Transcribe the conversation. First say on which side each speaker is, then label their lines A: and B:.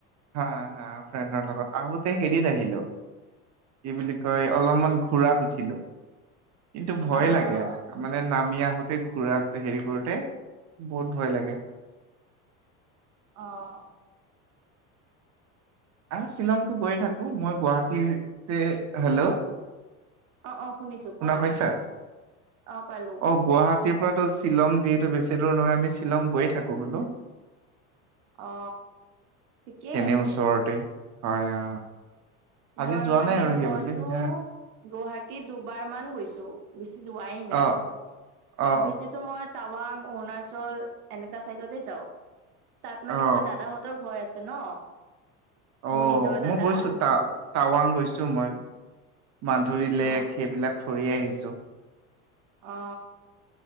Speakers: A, on the right; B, on the right.
A: হা হা ফ্ৰেণ্ডৰ লগত। আহোতে হেৰিত আহিলো, কি বুলি কয় অলপমান ঘূৰাত উঠিলো। কিন্তু ভয়
B: অ',
A: লাগে। মানে নামি আহোতে ঘুৰাত হেৰি কৰোতে বহুত ভয় লাগে।
B: অ।
A: আৰু শ্বিলংতো গৈ থাকো। মই গুৱাহাটীটে, হেল্ল'
B: অ অ শুনিছো।
A: শুনা
B: কোৱা
A: পাইছা?
B: অ পালো
A: অ গুৱাহাটীৰ পৰাতো শ্বিলং যিহেতু বেছি দূৰ নহয়। আমি শ্বিলং গৈ থাকো হলো।
B: অ ঠিকেই
A: তেনে
B: আছে।
A: ওচৰতে হয় অ। আজি
B: মই
A: যোৱা
B: মানে
A: নাই আৰু সেইবুলি
B: মইতো
A: হ
B: গুৱাহাটী দুবাৰ মান গৈছো, বেছি যোৱাই নাই।
A: অ অ
B: বেছিতো মই টাৱাং, অৰুণাচল এনেকা চাইডতে যাওঁ। তাত মানে
A: অ
B: মোৰ দাদাহঁতৰ ঘৰ আছে ন।
A: অ
B: মোৰ নিজৰ
A: মই
B: দাদা
A: গৈছো ত টাৱাং গৈছো মই। মাধুৰি লেক
B: অ
A: সেইবিলাক ফুৰি আহিছো।
B: অ।